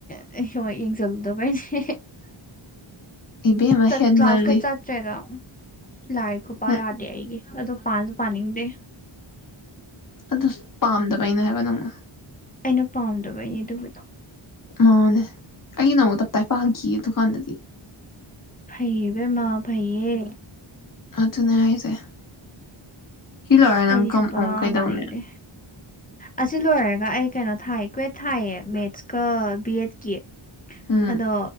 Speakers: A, on the left (about 15°); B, on the left (about 40°).
A: <unintelligible> ꯌꯦꯡꯁꯤꯜꯂꯨꯗꯕꯩꯁꯦ
B: ꯏꯕꯦꯝꯃ
A: ꯆꯠ
B: ꯍꯦꯟꯃꯜꯂꯤ
A: ꯀ꯭ꯂꯥꯁ ꯀ ꯆꯠꯇ꯭ꯔꯦꯗꯣ ꯂꯥꯏ ꯈꯨꯄꯥ
B: ꯅꯪ
A: ꯌꯥꯗꯦ ꯑꯩꯒꯤ꯫ ꯑꯗꯣ ꯄꯥꯁꯨ ꯄꯥꯅꯤꯡꯗꯦ
B: ꯑꯗꯨ ꯄꯥꯝꯗꯕꯩꯅ ꯍꯥꯏꯕ ꯅꯪꯅ
A: ꯑꯩꯅ ꯄꯥꯝꯗꯕꯩꯅꯦ ꯑꯗꯨꯕꯨꯗꯣ
B: ꯃꯥꯅꯦ ꯑꯩꯒꯤ ꯅ ꯑꯃꯨꯛ ꯇꯞꯇꯥꯏ ꯄꯥꯈꯤꯌꯦ ꯗꯨꯀꯥꯟꯗꯗꯤ
A: ꯐꯩꯌꯦ ꯏꯕꯦꯝꯃ ꯐꯩꯌꯦ
B: ꯑꯗꯨꯅꯦ ꯍꯥꯏꯖꯦ ꯁꯤ ꯂꯣꯏꯕ ꯅꯪ
A: ꯑꯩꯗꯤ
B: ꯀꯝ
A: ꯁꯨꯄꯥ
B: <unintelligible> ꯀꯩꯗꯧꯅꯦ
A: ꯄꯥꯅꯤꯡꯗꯦ ꯑꯁꯤ ꯂꯣꯏꯔꯒ ꯑꯩ ꯀꯩꯅꯣ ꯊꯥꯏ ꯀ꯭ꯨꯋꯦꯠ ꯊꯥꯏꯌꯦ ꯃꯦꯠꯁꯀ ꯕꯤ ꯑꯦꯗꯀꯤ
B: ꯎꯝ
A: ꯑꯗꯣ